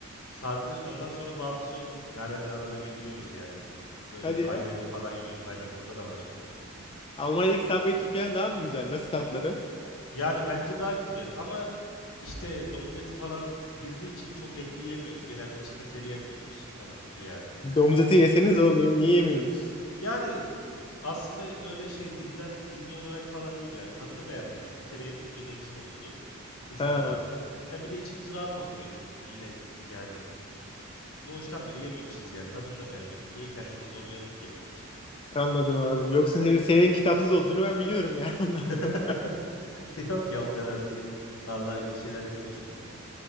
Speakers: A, on the left; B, on the left.
A: sardı. Ondan sonra bağımlısı olduk. Yaren'le arada bir yiyoruz yani. Böyle
B: <laughs> Hadi
A: ayda
B: ya.
A: bir falan yiyoruz. Aynen burada da var.
B: Almanya'daki Subway Türkiye'den daha mı güzel? Nasıl tatları?
A: Yani bence daha güzel ama işte domuz eti falan girdiği için çok etli yemiyoruz. Genelde chicken teriyaki yiyoruz. Tavuk yani.
B: Domuz eti yeseniz oğlum yem- niye yemiyorsunuz?
A: Yani aslında öyle şey dinden dini olarak falan değil yani tadını beğenmiyoruz. Bir kere yedik midemizi bozdu. Pizzada
B: Ha,
A: vardı. Ya bir de içimiz rahat olmuyor ne- yine yani Küçük- doğuştan beri yememişiz yani tadını da beğenmedik. Niye kendimizi zorlayalım ki yemek için?
B: anladım anladım. Yoksa senin, senin kitapsız olduğunu ben biliyorum yani <laughs> ondan
A: <laughs>
B: dolayı.
A: Yok ya o kadar değil. Vallahi bir şeyler yapıyoruz yine yani.